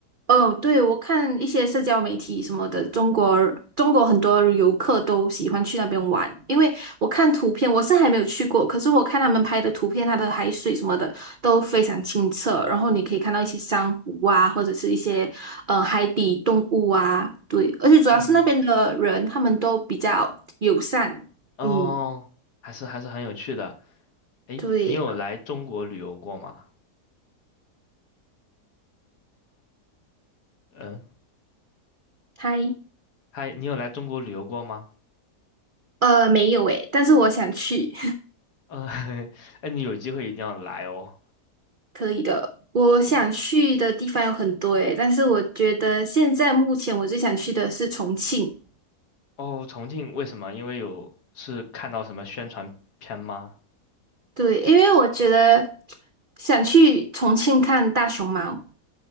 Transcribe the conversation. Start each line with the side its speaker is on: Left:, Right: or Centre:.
Right: 嗯，对，我看一些社交媒体什么的，中国中国很多游客都喜欢去那边玩，因为我看图片，我是还没有去过，可是我看他们拍的图片，它的海水什么的都非常清澈，然后你可以看到一些珊瑚啊，或者是一些呃海底动物啊，对，而且主要是那边的人他们都比较友善，
Left: <laughs> 嗯，哦，
Right: 嗯，
Left: 还是还是很有趣的。诶，
Right: 对，
Left: 你有来中国旅游过吗？嗯。
Right: 他
Left: 嗨，你有来中国旅游过吗？
Right: 呃没有诶，但是我想去。
Left: 嗯，<laughs> 哎，你有机会一定要来哦。
Right: 可以的，我想去的地方有很多诶，
Left: 谢
Right: 但是我觉得现在目前我最想去的是重庆，
Left: 哦，重庆为什么？因为有是看到什么宣传片吗？
Right: 对，因为我觉得想去重庆看大熊猫，